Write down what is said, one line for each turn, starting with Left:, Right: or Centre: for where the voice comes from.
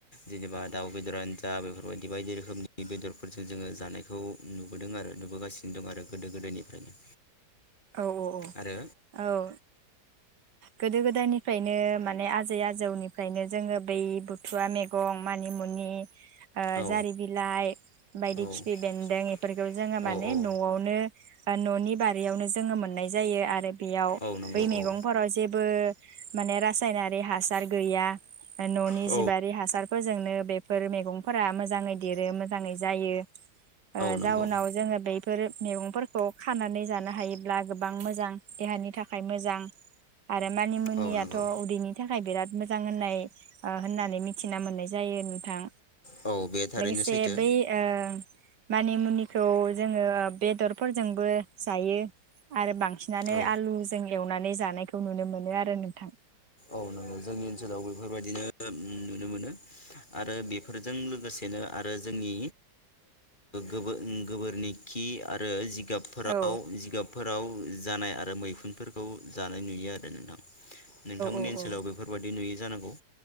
Left: जेनेबा दाउ बेदरानो जा बेफोरबायदि बायदि रोखोमनि बेदरफोरजों जोङो जानायखौ नुबोदों आरो नुबोगासिनो दं आरो गोदो गोदायनिफ्रायनो
Right: औ औ
Left: आरो
Right: औ औ गोदो गोदायनि फ्रायनो माने आजै आजौनिफ्रायनो जोङो बै बुथुवा मैगं मानिमुनि ओ
Left: औ
Right: जारि बिलाइ बायदि
Left: औ
Right: खिफि बेन्दों बेफोरखौ जोङो माने
Left: औ
Right: न'आवनो न'नि बारियावनो जोङो मोननाय जायो आरो बेयाव
Left: औ नंगौ
Right: बै मैगंफोराव
Left: औ
Right: जेबो माने रासायनारि हासार गैया न'नि
Left: औ
Right: जिबारि हासारफोरजोंनो बेफोर मैगंफोरा मोजाङै देरो मोजाङै जायो। ओ
Left: नंगौ
Right: जाउनाव जोङो बे गोरोब मैगंफोरखौ खानानै जानो हायो। ब्ला गोबां मोजां देहानि थाखाय मोजां आरो मानि मुनियाथ'
Left: औ नंगौ
Right: उदैनि थाखाय बिराद मोजां होननाय होननानै मिथिना मोननाय जायो नोंथां।
Left: औ बे थारैनो
Right: लोगोसे
Left: सैथो औ
Right: बै ओ मानि मुनिखौ जोङो बेदरफोरजोंबो जायो। आरो बां सिनानै
Left: औ
Right: आलु जों एवनानै जानायखौ नुनो मोनो आरो नोंथां
Left: औ नंगौ जोंनि ओनसोलाव बेफोरबायदिनो नुनो मोनो आरो बेफोरजों लोगोसेनो आरो जोंनि गो- गोबोरनि खि आरो जि जिगाबफोराव
Right: औ
Left: जिगाबफोराव जानाय आरो मैखुनफोरखौ जानाय नुयो आरो नोंथां नोंथांमोननि
Right: औ
Left: ओनसोलाव
Right: औ
Left: बेफोरबादि नुयो जानांगौ